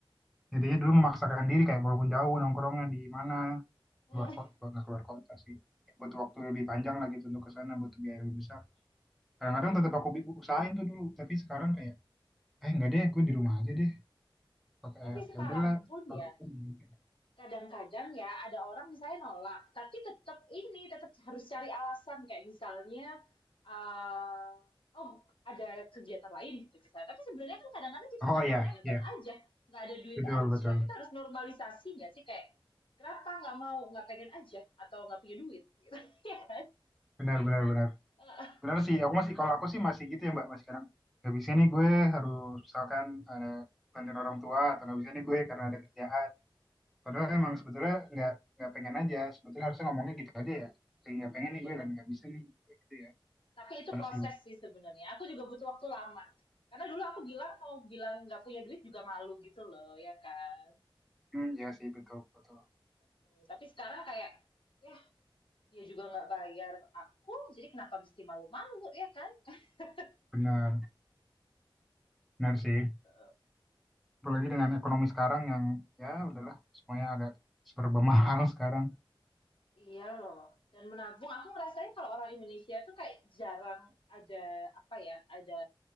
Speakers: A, in the centre; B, on the left.
A: Jadinya dulu memaksakan diri kayak walaupun jauh nongkrongnya di mana
B: Mhm.
A: keluar kota nggak keluar kota sih butuh waktu lebih panjang lagi gitu untuk ke sana butuh biaya lebih besar kadang-kadang
B: Mhm.
A: tetap aku bi- usahain tuh dulu tapi sekarang kayak eh nggak deh gue di rumah aja deh pakai
B: Tapi sekarang
A: ya udahlah
B: pun
A: kalau
B: ya,
A: aku mungkin.
B: Kadang-kadang ya ada orang misalnya nolak, tapi tetap ini, tetap harus cari alasan kayak misalnya eee, oh ada kegiatan lain gitu misalnya. Tapi sebenarnya kan kadang-kadang kita
A: oh
B: nggak
A: ya
B: ada kegiatan
A: ya
B: aja, nggak ada duit
A: betul
B: aja.
A: betul
B: Kita harus normalisasi nggak sih kayak, kenapa nggak mau, nggak pengen aja atau nggak punya duit gitu, <laughs> iya kan?
A: benar benar benar
B: Heeh,
A: benar sih aku masih kalau aku sih masih gitu ya mbak masih kadang nggak bisa nih gue harus misalkan ada bantuin orang tua atau nggak bisa nih gue karena ada kerjaan Padahal
B: mhm
A: emang sebetulnya
B: mhm.
A: nggak nggak pengen aja. Sebetulnya harusnya ngomongnya gitu aja ya. Kayak nggak pengen
B: Iya,
A: nih gue dan nggak bisa nih gue gitu ya.
B: tapi itu
A: Terus
B: proses
A: sih,
B: sih sebenarnya. Aku juga butuh waktu lama. Karena dulu aku bilang mau bilang nggak punya duit juga malu gitu loh, ya kan?
A: hmm, ya sih betul betul.
B: Mhm, tapi sekarang kayak, ya dia juga nggak bayar aku, jadi kenapa mesti malu-malu ya kan? <laughs>
A: Benar, benar
B: Gitu.
A: sih. Apalagi dengan ekonomi sekarang yang ya udahlah semuanya agak serba mahal <laughs> sekarang.
B: Iya loh. Dan menabung, aku ngerasain kalau orang Indonesia tuh kayak jarang ada apa ya, ada